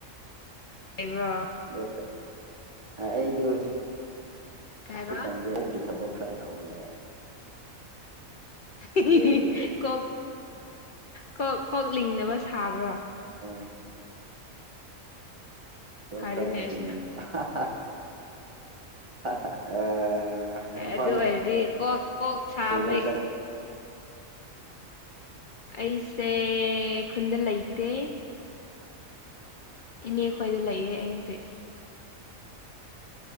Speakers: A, on the left; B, on the right.
A: ꯍꯩꯕ꯭ꯔꯣ
B: <unintelligible> ꯑꯩꯗꯤ ꯍꯧꯖꯤꯛ
A: ꯀꯩ ꯍꯥꯏꯕ
B: ꯖꯤꯛ ꯀꯥꯟꯗ ꯑꫭꯛꯀꯤ ꯊꯕꯛ ꯈꯔ ꯇꯧꯔꯤꯌꯦ꯫
A: <unintelligible>
B: ꯌꯦ
A: ꯀꯣꯛ ꯀꯣꯛ ꯀꯣꯛ ꯂꯤꯡꯅꯕ ꯁꯥꯕ꯭ꯔꯣ꯫
B: ꯍꫭꯏ꯫ ꯊꯕꯛ
A: ꯐꯔꯦꯅꯦ
B: ꯈꯔ ꯇꯧꯔꯤꯌꯦ
A: ꯑꯁꯤꯅ
B: <unintelligible> <unintelligible> ꯏꯝꯐꯥꯜ
A: ꯑꯗꯨ ꯑꯣꯏꯔꯗꯤ ꯀꯣꯛ ꯀꯣꯛ ꯁꯥꯕꯩ
B: ꯂꯩꯕ꯭ꯔꯣ ꯀꯗꯥꯏ
A: ꯑꯩꯁꯦ ꯈꯨꯟꯗ ꯂꯩꯇꯦ꯫ ꯏꯅꯦ ꯈꯣꯏꯗ ꯂꯩꯌꯦ ꯑꯩ ꯍꯧꯖꯤꯛ꯫